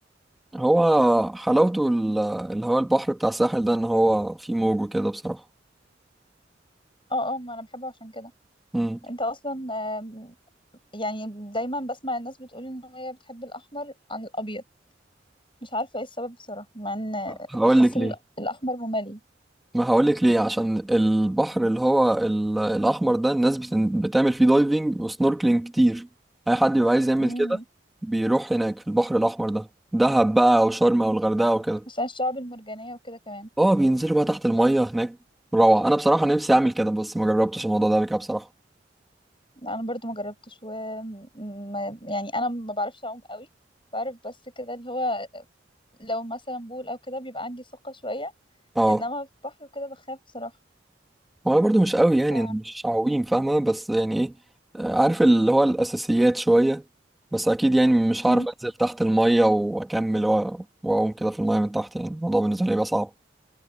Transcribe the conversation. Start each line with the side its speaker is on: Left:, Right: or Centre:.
Centre: هو حلاوته ال- اللي هو البحر بتاع الساحل ده ان هو فيه موج وكده بصراحه
Left: اه اه ما انا بحبه عشان كده
Centre: امم
Left: انت اصلا آم، يعني دايما بسمع الناس بتقول ان هي بتحب الاحمر عن الابيض مش عارفه ايه السبب بصراحه مع ان
Centre: هقول
Left: بحس
Centre: لك
Left: ال-
Centre: ليه
Left: الاحمر ممل
Centre: ما هقولك ليه عشان البحر اللي هو ال- الأحمر ده الناس بتن- بتعمل فيه دايفنج وسنوركلينج كتير أي حد بيبقى عايز يعمل
Left: امم
Centre: كده بيروح هناك في البحر الأحمر ده دهب بقى أو شرم أو الغردقة أو كده
Left: عشان الشعب المرجانيه وكده كمان
Centre: اه بينزلوا بقى تحت المية هناك روعة أنا بصراحة نفسي أعمل كده بس ما جربتش الموضوع ده قبل كده بصراحة
Left: انا برضو ما جربتش و ما- يعني انا ما بعرفش اعوم قوي بعرف بس كده اللي هو لو مثلا بول او كده بيبقى عندي ثقه شويه
Centre: اه
Left: انما في بحر وكده بخاف بصراحه
Centre: هو أنا برضو مش قوي يعني
Left: ف
Centre: أنا مش عويم فاهمة بس يعني إيه آه، عارف اللي هو الأساسيات شوية بس أكيد يعني مش هعرف
Left: امم
Centre: أنزل تحت المية وأكمل وأ- وأقوم كده في المية من تحت يعني الموضوع بالنسبة لي بقى صعب